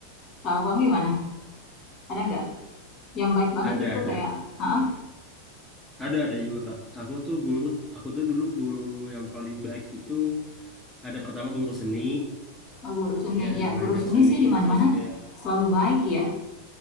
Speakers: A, on the left; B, in the centre.
A: Kalau kamu gimana? ada nggak yang baik banget
B: Ada,
A: itu
B: ada.
A: kayak ah ah,
B: Ada, ada juga, Kak. Aku tuh guru, aku tuh dulu guru yang paling baik itu ada pertama guru seni
A: oh, guru seni
B: yang
A: ya
B: ngajar
A: guru seni
B: seni,
A: sih di mana
B: terus
A: mana
B: dia,
A: selalu baik ya